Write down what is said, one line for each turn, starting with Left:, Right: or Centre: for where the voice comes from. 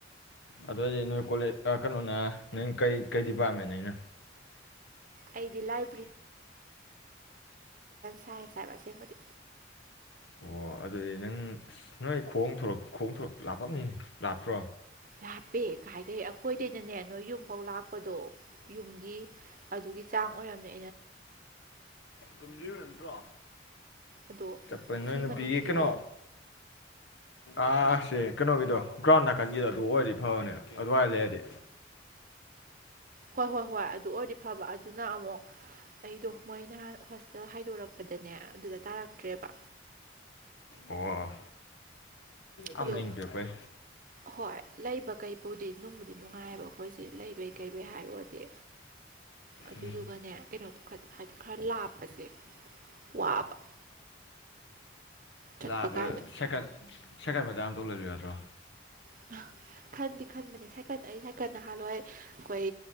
Left: ꯑꯗꯨ ꯑꯣꯏꯗꯤ ꯅꯣꯏ ꯀꯣꯂꯦ ꯀꯩꯅꯣꯅ ꯅꯣꯏ ꯀꯩ ꯀꯩ ꯗꯤꯄꯥꯔꯠꯃꯦꯟꯅ ꯑꯩꯅ꯫
Right: ꯑꯩꯗꯤ ꯂꯥꯏ
Left: <inaudible>
Right: ꯁꯥꯏꯟꯁ ꯍꯥꯏꯕ ꯑꯁꯦꯡꯕꯗꯤ
Left: ꯑꯣ ꯑꯗꯨꯗꯤ ꯅꯪ ꯑꯁ ꯅꯣꯏ ꯈꯣꯡ ꯊꯣꯔꯛ ꯈꯣꯡ ꯊꯣꯔꯛ ꯂꯥꯞꯄꯝꯅꯤꯅꯦ ꯂꯥꯞꯇ꯭ꯔꯣ꯫
Right: ꯂꯥꯞꯄꯦ ꯀꯥꯏꯗꯩ ꯑꯩꯈꯣꯏꯗꯩꯅꯅꯦ ꯅꯣꯏ ꯌꯨꯝꯐꯥꯎ ꯂꯥꯛꯄꯗꯣ ꯌꯨꯝꯒꯤ ꯑꯗꯨꯒꯤ ꯆꯥꯡ ꯑꯣꯏꯔꯝꯅꯤ꯫
Left: ꯇꯨꯝꯗ꯭ꯔꯤꯕ ꯅꯠꯇ꯭ꯔꯣ꯫
Right: ꯑꯗꯣ
Left: ꯆꯞꯄ ꯅꫭꯏ
Right: ꯁꯤ
Left: ꯅꯨꯄꯤꯒꯤ
Right: ꯃꯅꯨꯡꯁꯤ
Left: ꯀꯩꯅꯣ ꯑꯁꯦ ꯀꯩꯅꯣꯒꯤꯗꯣ ꯒ꯭ꯔꯥꯎꯟ ꯅꯥꯀꯟꯒꯤꯗꫭ ꯑꯗꯨ ꯑꯣꯏꯔꯗꯤ ꯐꯕꯅꯦ ꯑꯗꯨꯋꯥꯏ ꯂꯩꯔꯗꯤ꯫
Right: ꯍꯣꯏ ꯍꯣꯏ ꯍꯣꯏ ꯑꯗꯨ ꯑꯣꯏꯔꯗꯤ ꯐꯕ ꯑꯗꯨꯅ ꯑꯃꯨꯛ ꯑꯩꯗꯣ ꯃꯣꯏ ꯅꯍꯥꯟ ꯍꯣꯁꯇꯦꯜ ꯍꯥꯏꯗꯣꯔꯛꯄꯗꯅꯦ ꯅꯦ ꯑꯗꯨꯗ ꯇꯥꯔꯛꯇ꯭ꯔꯦꯕ
Left: ꯑꯣ꯫ ꯑꯥ
Right: ꯑꯗꯣ
Left: ꯃꯅꯤꯡꯗꯤꯔꯛꯄꯩ
Right: ꯍꯣꯏ ꯂꯩꯕ ꯀꯩꯕꯨꯗꯤ ꯅꯨꯡꯕꯨꯗꯤ ꯅꯨꯡꯉꯥꯏꯑꯦꯕ ꯑꯩꯈꯣꯏꯁꯦ ꯂꯩꯕꯩ ꯀꯩꯕꯩ ꯍꯥꯏꯔꯨꯔꯗꯤ꯫ ꯑꯗꯨꯗꯨꯒꯅꯦ
Left: ꯎꯝ
Right: ꯀꯩꯅꯣ ꯈꯔ ꯂꯥꯞꯄꯁꯦ ꯋꯥꯕ ꯆꯠꯄ
Left: ꯂꯥꯕ
Right: ꯀꯥꯟꯗ
Left: ꯁꯦꯀꯟ ꯁꯦꯀꯟ ꯃꯆꯥ ꯑꯃ ꯊꫭꯛ ꯂꯩꯕ ꯌꯥꯗ꯭ꯔꯣ꯫
Right: <unintelligible> ꯈꯟꯗꯤ ꯈꯟꯕꯅꯤ ꯁꯥꯏꯀꯜ ꯑꯩ ꯁꯥꯏꯀꯜ ꯅꯍꯥꯟꯜꯂꫭꯏ ꯑꯩꯈꯣꯏ